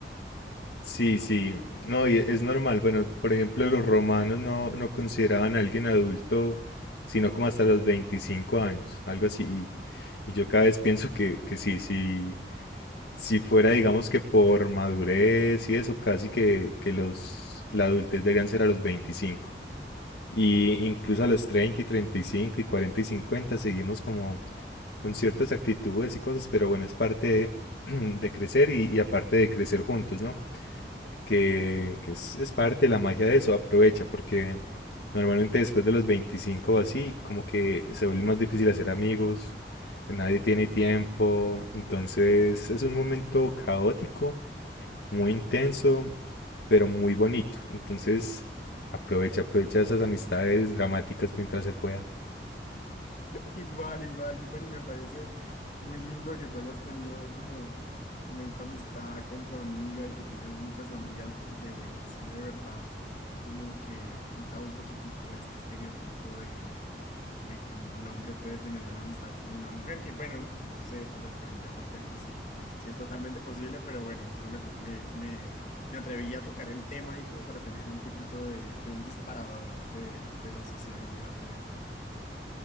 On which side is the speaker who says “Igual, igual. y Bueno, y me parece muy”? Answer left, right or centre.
Left